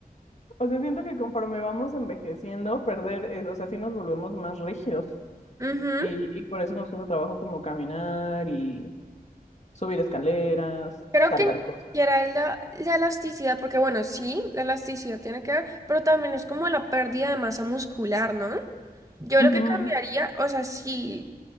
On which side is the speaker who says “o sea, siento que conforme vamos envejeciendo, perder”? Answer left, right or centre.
Left